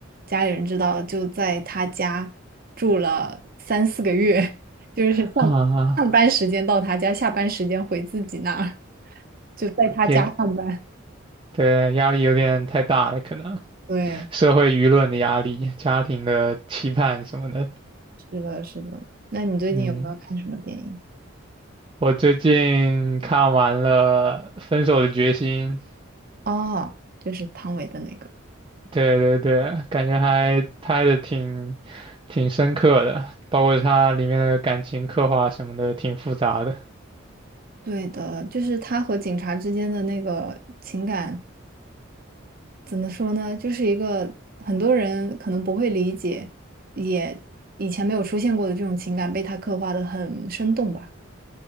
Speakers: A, on the right; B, on the right.
A: 家里人知道，就在他家住了三四个月，<laughs> 就是上上班时间到他家，
B: <laughs> 啊，
A: 下班时间回自己那儿，就在他家上班。
B: 也对，压力有点太大了，可能。
A: 对，
B: 社会舆论的压力、家庭的期盼什么的。
A: 是的，是的。那你最近有没有看什么电影？
B: 嗯，我最近看完了《分手的决心》，
A: 哦，就是汤唯的那个。
B: 对对对，感觉还拍的挺挺深刻的，包括它里面的感情刻画什么的，挺复杂的。
A: 对的，就是他和警察之间的那个情感。怎么说呢，就是一个很多人可能不会理解，也以前没有出现过的这种情感被他刻画的很生动吧。